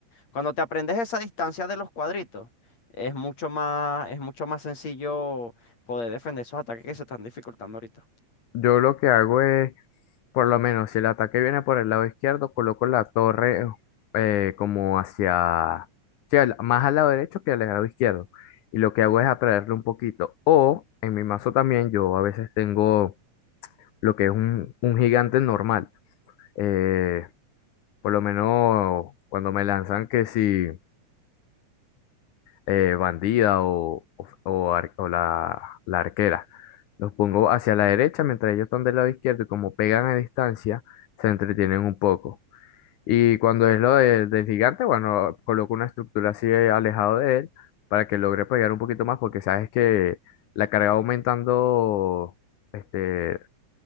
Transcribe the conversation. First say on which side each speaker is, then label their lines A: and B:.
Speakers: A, on the left (about 60°); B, on the left (about 80°).
A: Cuando te aprendes esa distancia de los cuadritos, es mucho más, es mucho más sencillo poder defender esos ataques que se están dificultando ahorita.
B: Yo lo que hago es Por lo menos, si el ataque viene por el lado izquierdo, coloco la torre eh, como hacia, sí, al- más al lado derecho que al lado izquierdo. Y lo que hago es atraerle un poquito. O en mi mazo también, yo a veces tengo lo que es un, un gigante normal. Eh, por lo menos cuando me lanzan que si eh, bandida o, o, o ar- o la, la arquera. Los pongo hacia la derecha mientras ellos están del lado izquierdo y como pegan a distancia, se entretienen un poco. Y cuando es lo de- del gigante, bueno, coloco una estructura así alejado de él para que logre pegar un poquito más, porque sabes que la carga va aumentando, este,